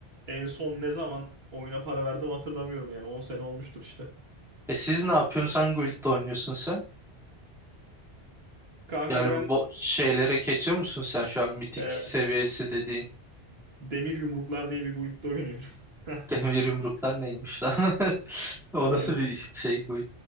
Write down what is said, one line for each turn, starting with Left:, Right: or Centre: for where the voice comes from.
Right: en son ne zaman oyuna para verdim hatırlamıyorum yani 10 sene olmuştur işte.
Centre: E siz ne yapıyorsunuz? Hangi guild'de oynuyorsun sen?
Right: Kanka
Centre: Yani
Right: ben
Centre: bu bo- şeylere kesiyor musun sen şu an mitik
Right: evet
Centre: seviyesi dediğin?
Right: Demir Yumruklar diye bir guildde oynuyorum. <laughs>
Centre: Demir yumruklar neymiş lan? <laughs> O
Right: Aynen.
Centre: nasıl bir iş- şey bu?